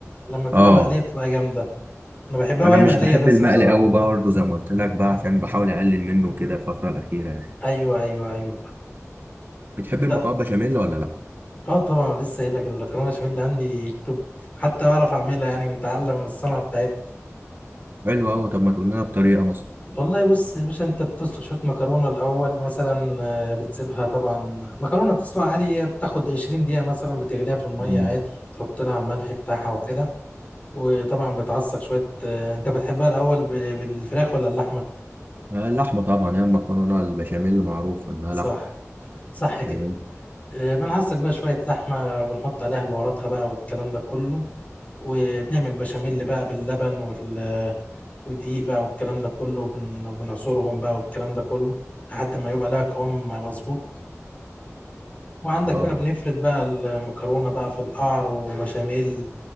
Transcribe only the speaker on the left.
لما تبقى
مقليه بتبقى جامده انا بحبها وهي
مقليه
بس
بصراحه
ايوه ايوه ايوه
انت
اه طبعا لسه قايل لك المكرونه بشاميل اللي عندي توب حتى بعرف اعملها يعني متعلم الصنعه بتاعتها
والله بص يا باشا انت بتسلق شويه مكرونه الاول مثلا آه، بتسيبها طبعا مكرونه بتسلقها عادي هي بتاخد 20 دقيقه مثلا بتغليها في الميه
عادي تحط لها الملح بتاعها وكده وطبعا بتعصق شويه آه، انت بتحبها الاول ب- بالفراخ ولا اللحمه
صح
صح كده
آه، بنعصق بقى شويه لحمه ونحط عليها بهاراتها بقى والكلام ده كله وبنعمل بشاميل بقى باللبن وال ودقيق بقى والكلام ده كله بن- بنعصرهم بقى والكلام ده كله لحد ما يبقى لها قوام مظبوط وعندك
بقى بنفرد بقى المكرونة بقى في القعر وبشاميل